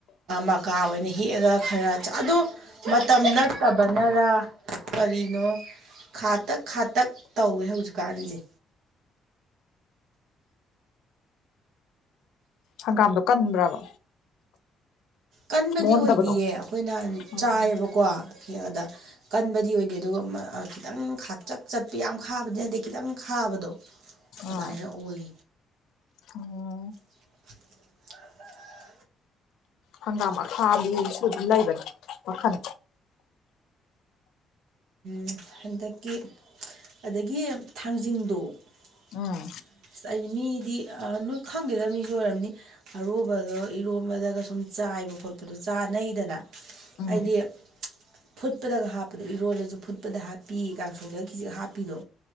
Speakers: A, on the right (about 80°); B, on the left (about 80°).
A: ꯃꯀꯥ ꯑꯣꯏꯅ ꯍꯦꯛꯛꯑꯒ ꯈꯔ ꯑꯗꯣ ꯃꯇꯝ ꯅꯠꯇꯕꯅꯔ ꯀꯔꯤꯅꯣ ꯈꯥꯇꯛ ꯈꯥꯇꯛ ꯇꯧꯋꯦ ꯍꯧꯖꯤꯛꯀꯥꯟꯁꯦ
B: ꯍꯪꯒꯥꯝꯗꯣ ꯀꯟꯕ꯭ꯔꯕ
A: ꯀꯟꯕꯗꯤ
B: ꯃꯣꯟꯗꯕꯗꯣ
A: ꯑꯣꯏꯗꯤꯌꯦ ꯑꯩꯈꯣꯏ ꯅꯍꯥꯟ
B: ꯑꯣ
A: ꯆꯥꯏꯌꯦꯕꯀꯣ ꯑꯗ ꯀꯟꯕꯗꯤ ꯑꯣꯏ ꯑꯗꯨꯒ ꯈꯤꯇꯪ ꯆꯛ ꯆꯠꯄ ꯌꯥꯝ ꯈꯥꯕꯗꯤ ꯅꯠꯇꯦ ꯈꯤꯇꯪ ꯈꯥꯕꯗꯣ ꯑꯗꯨꯃꯥꯏꯅ
B: ꯑ
A: ꯑꯣꯏ
B: ꯎꯝ
A: <inaudible>
B: ꯍꯪꯒꯥꯝ ꯃꯈꯥꯒꯤꯁꯨ ꯑꯗꯨꯝ ꯂꯩꯕꯅꯤ ꯃꯈꯜ
A: ꯝ ꯍꯟꯗꯛꯀꯤ ꯑꯗꯒꯤ ꯊꯥꯡꯖꯤꯡꯗꯣ꯫ <unintelligible>
B: ꯎꯝ
A: ꯑꯁ ꯑꯩꯗꯤ ꯃꯤꯗꯤ ꯑ ꯅꯣꯏ ꯈꯪꯗꯦꯗ ꯃꯤꯁꯨ ꯑꯣꯏꯔꯝꯅꯤ ꯑꯔꯨꯕꯗꯣ ꯏꯔꯣꯟꯝꯕꯗꯒ ꯁꯨꯝ ꯆꯥ ꯑꯥꯏꯕ ꯈꯠꯄꯗ ꯆꯥꯅꯩꯗꯅ
B: ꯎꯝ
A: ꯍꯥꯏꯗꯤ ꯐꯨꯠꯄꯗ ꯍꯥꯞꯄ ꯏꯔꯣꯜꯂꯁꯨ ꯐꯨꯠꯄꯗ ꯍꯥꯞꯄꯤ ꯀꯥꯡꯁꫭꯏꯗ ꯈꯤꯖꯤꯛ ꯍꯥꯞꯄꯤꯗꯣ꯫